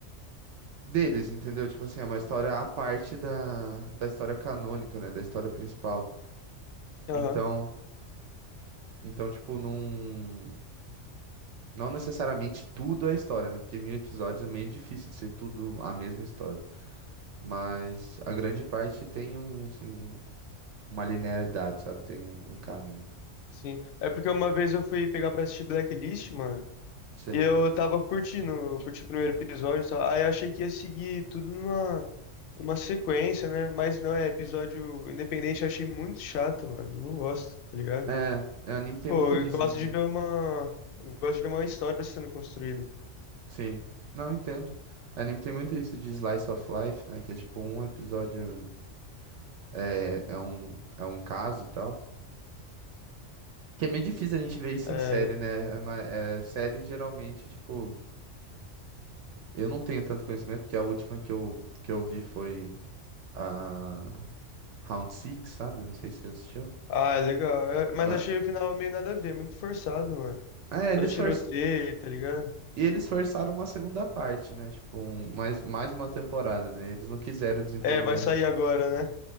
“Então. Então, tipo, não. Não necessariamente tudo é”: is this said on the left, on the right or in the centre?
Right